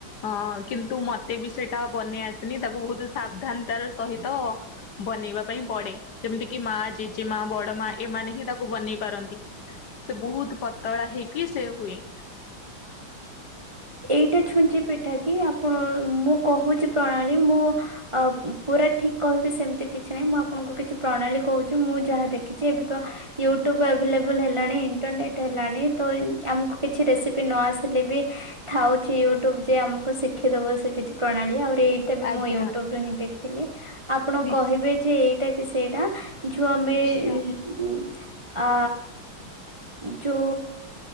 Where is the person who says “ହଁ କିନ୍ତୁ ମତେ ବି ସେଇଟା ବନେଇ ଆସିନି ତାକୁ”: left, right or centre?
Left